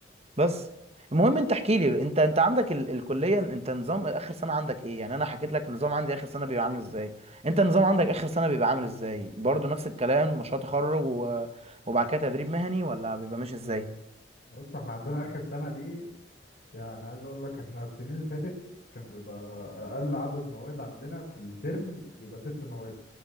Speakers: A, on the right (about 35°); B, on the left (about 55°).
A: بس المهم انت احكي لي انت انت عندك ال الكليه انت نظام اخر سنه عندك ايه يعني انا حكيت لك النظام عندي اخر سنه بيبقى عامل ازاي انت النظام عندك اخر سنه بيبقى عامل ازاي برضو نفس الكلام مشروع تخرج و... وبعد كده تدريب مهني ولا بيبقى ماشي ازاي
B: بص احنا عندنا اخر سنه دي يعني عايز اقول لك احنا السنين اللي فاتت كان بيبقى اقل عدد مواد عندنا في الترم بيبقى ست مواد